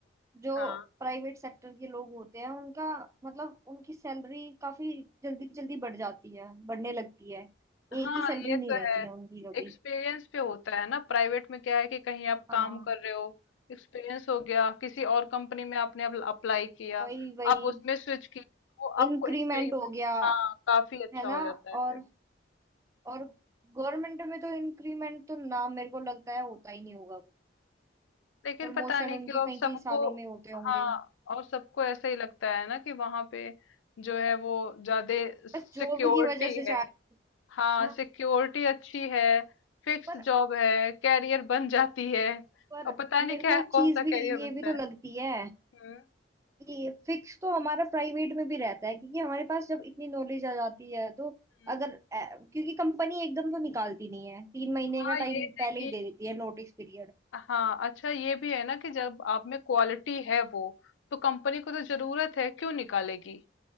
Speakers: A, on the right (about 15°); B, on the left (about 90°).
A: जो
B: हाँ
A: प्राइवेट सेक्टर के लोग होते हैं उनका मतलब उनकी सैलरी काफी जल्दी जल्दी बढ़ जाती है बढ़ने लगती है
B: हाँ
A: एक ही सैलरी
B: ये
A: नहीं
B: तो
A: रहती
B: है
A: है उनकी कभी
B: एक्सपीरियंस पे होता है ना प्राइवेट में क्या है कि कहीं आप
A: हाँ
B: काम कर रहे हो एक्सपीरियंस हो गया किसी और कंपनी में आपने अप्लाई किया
A: वही वही
B: आप उसमें स्विच किए वो
A: इंक्रीमेंट
B: आपको इंक्रीमेंट
A: हो गया
B: हाँ काफी अच्छा
A: है
B: हो
A: ना
B: जाता है फिर
A: और और गवर्नमेंट में तो इंक्रीमेंट तो ना मेरे को लगता है होता ही नहीं होगा
B: लेकिन
A: प्रमोशन
B: पता नहीं
A: उनके
B: क्यों अब
A: कई
B: सबको
A: कई सालों में होते होंगे
B: हाँ और सबको ऐसा ही लगता है ना कि वहां पे जो है वो ज्यादा सिक्योरिटी
A: बस जॉब की वजह से शायद
B: है हाँ
A: ना
B: सिक्योरिटी अच्छी है फिक्स
A: पर
B: जॉब है कैरियर बन जाती है
A: पर
B: और पता नहीं
A: मेरे को
B: क्या
A: एक
B: कौन
A: चीज
B: सा कैरियर
A: भी ये
B: बनता
A: भी तो
B: है
A: लगती है
B: हम्म
A: ये फिक्स तो हमारा प्राइवेट में भी रहता है क्योंकि हमारे पास जब इतनी नॉलेज आ जाती है तो
B: हम्म।
A: अगर अ, क्योंकि कंपनी एकदम तो निकालती नहीं है तीन महीने
B: हाँ
A: का
B: ये
A: टाइम
B: है
A: पहले
B: कि
A: ही दे देती है नोटिस पीरियड
B: हाँ अच्छा ये भी है ना कि जब आप में क्वालिटी है वो तो कंपनी को तो जरूरत है क्यों निकालेगी